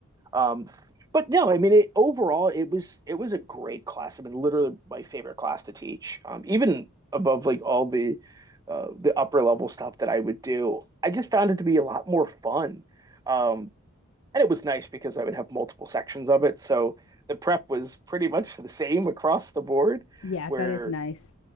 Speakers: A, on the right; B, on the left.
A: Um, but no, I mean, it, overall, it was it was a great class. I mean, literally my favorite class to teach. Um, even above like all the uh, the upper level stuff that I would do, I just found it to be a lot more fun. Um, and it was nice because I would have multiple sections of it, so the prep was pretty much the same across the board.
B: Yeah,
A: Where
B: that is nice.